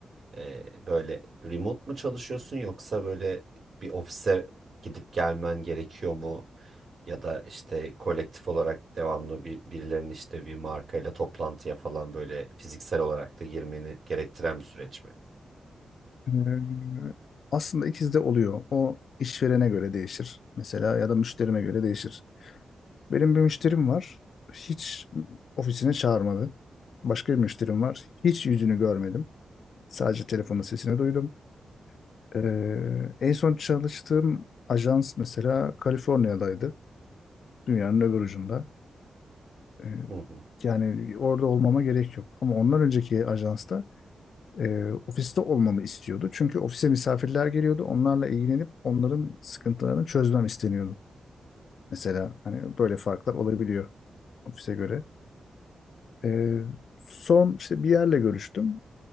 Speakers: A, on the right; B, on the left.
A: e, böyle remote mu çalışıyorsun yoksa böyle bir ofise gidip gelmen gerekiyor mu? Ya da işte kolektif olarak devamlı bir birilerinin işte bir markayla toplantıya falan böyle fiziksel olarak da girmeni gerektiren bir süreç mi?
B: Ee, Aslında ikisi de oluyor. O işverene göre değişir. Mesela ya da müşterime göre değişir. Benim bir müşterim var. Hiç ofisine çağırmadı. Başka bir müşterim var. Hiç yüzünü görmedim. Sadece telefonun sesini duydum. Ee, en son çalıştığım ajans mesela Kaliforniya'daydı. Dünyanın öbür ucunda. E,
A: Hı hı.
B: yani orada olmama gerek yok. Ama ondan önceki ajansta e, ofiste olmamı istiyordu. Çünkü ofise misafirler geliyordu. Onlarla ilgilenip onların sıkıntılarını çözmem isteniyordu. Mesela hani böyle farklar olabiliyor ofise göre. E, son işte bir yerle görüştüm.